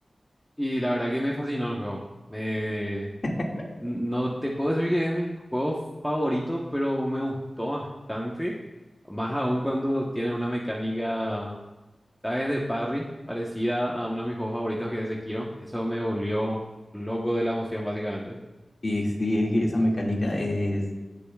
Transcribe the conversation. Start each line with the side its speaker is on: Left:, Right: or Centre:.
Centre: Y la verdad que me fascinó el juego. Me...
Left: <laughs>
Centre: No te puedo decir que es mi juego favorito, pero me gustó bastante. Más aún cuando tienen una mecánica, ¿sabes? De parry, parecida a uno de mis juegos favoritos que es Sekiro. Eso me volvió loco de la emoción, básicamente.
Left: Y sí, es que esa mecánica es.